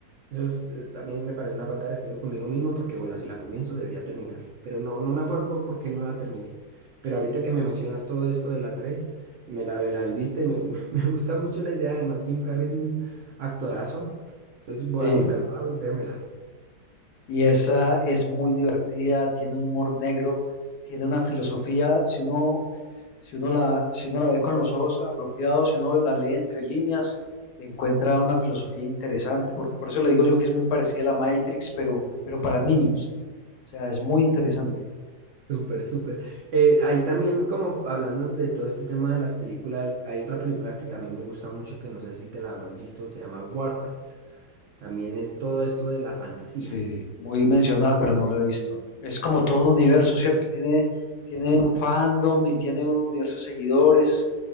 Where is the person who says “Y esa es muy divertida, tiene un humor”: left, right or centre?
Left